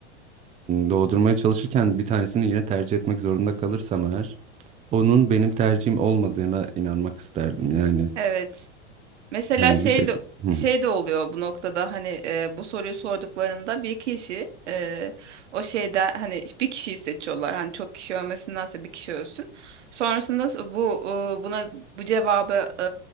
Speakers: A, on the right; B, on the right.
A: doğdurmaya çalışırken bir tanesini yine tercih etmek zorunda kalırsam eğer onun benim tercihim olmadığına inanmak isterdim. Yani
B: Evet. Mesela
A: hani
B: şey
A: bir şekilde
B: de
A: Hı hı.
B: şey de oluyor bu noktada hani e, bu soruyu sorduklarında bir kişi e, o şeyden hani bir kişiyi seçiyorlar. Hani çok kişi ölmesindense bir kişi ölsün. Sonrasında bu e, buna bu cevabı e,